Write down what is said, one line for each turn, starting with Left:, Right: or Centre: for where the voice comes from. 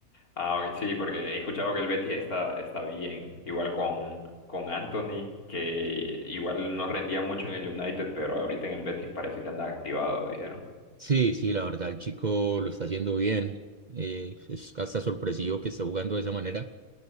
Left: Ah, ok, Sí, porque he escuchado que el Betis está, está bien. Igual con, con Anthony, que igual no rendía mucho en el United, pero ahorita en el Betis parece que anda activado, dijeron.
Right: Sí, sí, la verdad, el chico lo está haciendo bien. Eh, es hasta sorpresivo que esté jugando de esa manera,